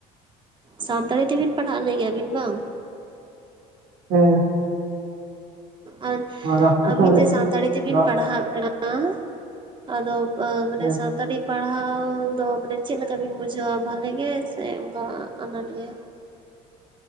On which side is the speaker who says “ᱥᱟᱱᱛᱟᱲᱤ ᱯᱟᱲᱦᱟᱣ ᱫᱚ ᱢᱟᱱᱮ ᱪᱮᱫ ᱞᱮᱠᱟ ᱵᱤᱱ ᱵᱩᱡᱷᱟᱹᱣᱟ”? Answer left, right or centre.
Right